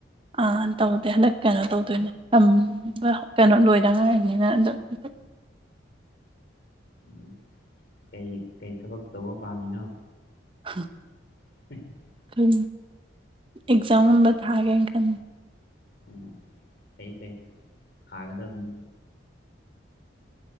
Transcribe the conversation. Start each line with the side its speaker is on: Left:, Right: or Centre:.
Right: ꯑ ꯇꯧꯗꯦ ꯍꯟꯗꯛ ꯀꯩꯅꯣ ꯇꯧꯗꯣꯏꯅꯦ ꯇꯝꯕ ꯀꯩꯅꯣ ꯂꯣꯏꯗꯉꯥꯏꯔꯤꯝꯅꯤꯅ ꯍꯟꯗꯛ <inaudible>
Left: ꯎꯝ ꯀꯩ ꯀꯩ ꯊꯕꯛ ꯇꯧꯕ ꯄꯥꯝꯃꯤꯅꯣ
Right: <unintelligible>
Left: <unintelligible>
Right: ꯎꯝ ꯑꯦꯛꯖꯥꯝ ꯒꯨꯝꯕ ꯊꯥꯒꯦ ꯈꯟ
Left: ꯑꯣ ꯐꯩ ꯐꯩ ꯊꯥꯒꯗꯝꯅꯤ